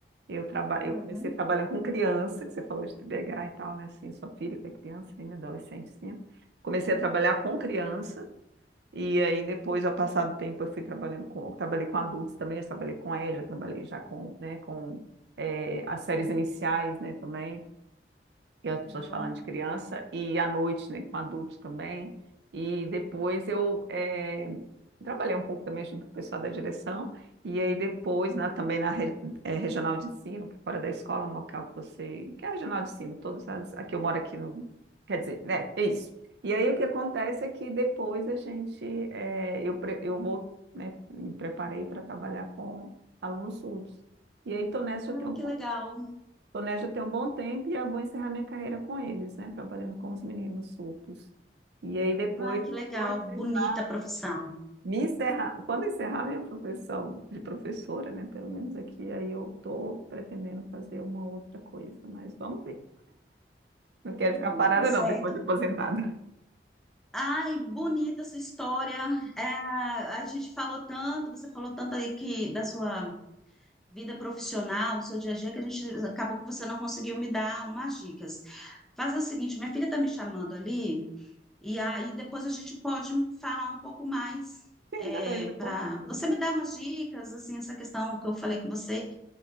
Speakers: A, on the right (about 70°); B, in the centre.
A: Eu, traba,
B: Aham,
A: eu comecei trabalhando com criança, que você falou de TDAH e tal, né? Assim, sua filha que é criança ainda, adolescentezinha. Comecei a trabalhar com criança, e aí depois, ao passar do tempo, eu fui trabalhando com, trabalhei com adultos também, eu trabalhei com EJA, trabalhei já com, né, com eh, as séries iniciais, né, também e as pessoas
B: aham.
A: falando de criança, e à noite, né, com adultos também. E depois eu eh, trabalhei um pouco também junto com o pessoal da direção, e aí depois, né, também na re- eh, regional de ensino, que é fora da escola, no local que você. que é a regional de ensino, todas as. aqui eu moro aqui no. quer dizer, né, é isso. E aí o que acontece é que depois a gente. eh, eu, pre- eu vou, né, me preparei para trabalhar com alunos surdos. E aí, estou nessa já
B: Ai,
A: tem um
B: que legal.
A: Planejo ter um bom tempo e eu vou encerrar minha carreira com eles, né? Trabalhando com os meninos surdos. E aí depois,
B: Ai, que legal.
A: quando terminar,
B: Bonita a profissão.
A: me encerrar, quando encerrar minha profissão de professora, né? Pelo menos aqui, aí eu estou pretendendo fazer uma outra coisa, mas vamos ver. Não quero
B: Uhum,
A: ficar parada,
B: tá certo.
A: não, depois de aposentada.
B: Ai, bonita a sua história. É, a gente falou tanto, você falou tanto aí que da sua vida profissional, o seu dia a dia, que a gente acabou que você não conseguiu me dar umas dicas. Fazer o seguinte, minha filha está me chamando ali, e aí depois a gente pode falar um pouco mais.
A: Sim,
B: É,
A: beleza, com
B: para
A: certeza.
B: você me dar umas dicas, assim, essa questão que eu falei com você,